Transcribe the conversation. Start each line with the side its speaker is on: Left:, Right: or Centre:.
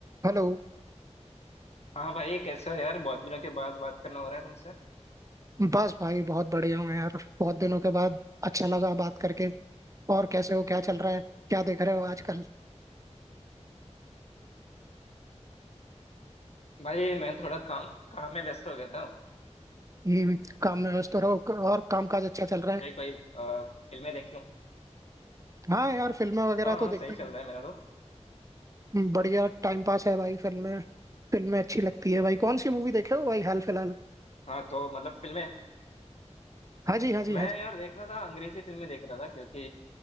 Right: हेलो
Left: हाँ भाई कैसे हो यार बहुत दिनों के बाद बात करना हो रहा है तुमसे
Right: बस भाई बहुत बढ़िया हूँ यार बहुत दिनों के बाद अच्छा लगा बात करके और कैसे हो क्या चल रहा है क्या देख रहे हो आजकल
Left: भाई मैं थोड़ा काम काम में व्यस्त हो गया था
Right: हम्म, काम में व्यस्त रहो और काम काज अच्छा चल रहा है
Left: भाई कोई अ, फिल्में देख लूं
Right: हाँ यार फिल्में वगैरह
Left: हाँ हाँ
Right: तो देखते
Left: सही चल
Right: ही रहते
Left: रहा है मेरा तो
Right: हैं। बढ़िया टाइम पास है भाई फिल्में फिल्में अच्छी लगती है भाई कौन सी मूवी देखे हो भाई हाल फिलहाल
Left: हाँ तो मतलब फिल्में
Right: हाँ जी हाँ जी
Left: मैं
Right: हाँ जी
Left: यार देख रहा था अंग्रेजी फिल्में देख रहा था क्योंकि